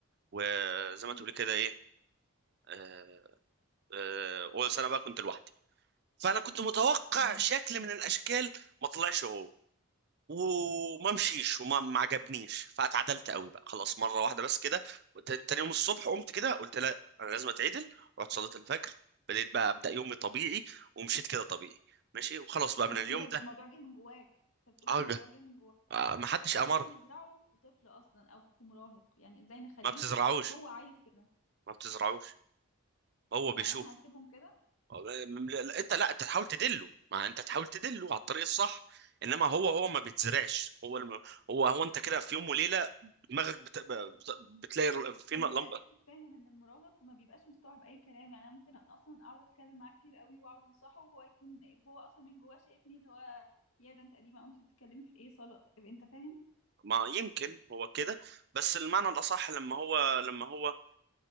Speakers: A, on the right; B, on the left.
A: وزي
B: امم
A: ما تقولي كده إيه آه، آه، أول سنة بقى كنت لوحدي فأنا كنت متوقع
B: امم
A: شكل من الأشكال ما طلعش هو وما مشيش وما ما عجبنيش فاتعدلت قوي بقى خلاص مرة واحدة بس كده وت- تاني يوم الصبح قمت كده قلت لا أنا لازم أتعدل رحت صليت الفجر بديت بقى أبدأ يومي طبيعي ومشيت كده طبيعي ماشي وخلاص بقى من
B: بس
A: اليوم
B: انت الموضوع
A: ده
B: جاي من جواك انت بتقول
A: اه
B: إن الموضوع جاي من جواك
A: آه، ما حدش
B: طب احنا
A: امرني
B: ازاي نزرعه في طفل اصلا او في مراهق يعني ازاي نخليه
A: ما بتزرعوش
B: هو عايز كده
A: ما بتزرعوش هو
B: يعني
A: بيشوف
B: احنا هنسيبهم كده
A: هو- م- لا، انت لا انت تحاول تدله ما انت تحاول تدله على الطريق الصح انما هو هو ما بيتزرعش هو الم... هو هو انت كده في يوم وليله دماغك بت... بت- بتلاقي ر- في
B: طب
A: ن- لمبه
B: ما انت اكيد فاهم ان المراهق ما بيبقاش مستوعب اي كلام يعني انا ممكن اصلا اقعد اتكلم معاه كتير قوي واقعد انصحه وهو يكون وهو اصلا من جواه شايفني اللي هو يا ده انت قديمه او انت بتتكلمي في ايه صاله انت فاهم
A: ما يمكن هو كده بس المعنى الاصح لما هو لما هو